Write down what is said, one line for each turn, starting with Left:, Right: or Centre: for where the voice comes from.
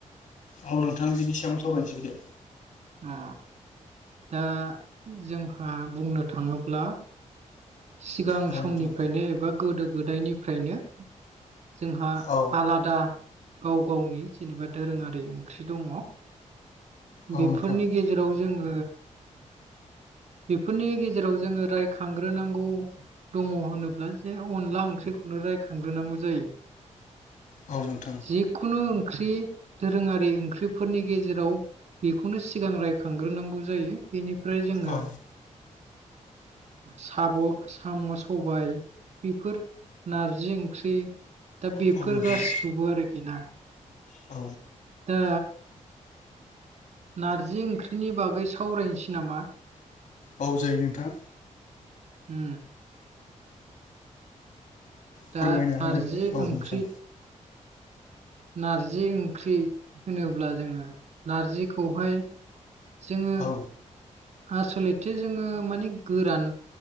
Left: औ नोंथां बिनि सायावनो सावरायनोसै दे।
Right: अ दा जोंहा बुंनो थाङोब्ला सिगां
Left: औ
Right: समनिफ्रायनो
Left: नोंथां
Right: एबा गोदो गोदायनिफ्रायनो जोंहा
Left: औ
Right: आलादा गाव गावनि जेनेबा दोरोङारि ओंख्रि दङ।
Left: औ
Right: बेफोरनि
Left: नोंथां
Right: गेजेराव जोङो बेफोरनि गेजेराव जोङो रायखांग्रोनांगौ दङ होनोब्ला जे अनला ओंख्रि खौनो रायखांग्रोनांगौ जायो।
Left: औ नोंथां
Right: जिखुनु ओंख्रि दोरोङारि ओंख्रिफोरनि गेजेराव बेखौनो सिगां रायखांग्रोनांगौ जायो बेनिफ्राय जोङो
Left: औ
Right: साब' साम' सबाय बेफोर नारजि ओंख्रि दा बेफोर
Left: औ नोंथां
Right: गासिखौबो आरोखि ना।
Left: आ
Right: दा नारजि ओंख्रिनि बागै सावरायनोसै नामा
Left: बाव जायो नोंथां
Right: ह
Left: फोरमायना
Right: दा नारजि
Left: होदो औ
Right: ओंख्रि
Left: नोंथां
Right: नारजि ओंख्रि होनोब्ला जोङो नारजिखौहाय जोङो
Left: औ
Right: आसलथे जोङो माने गोरान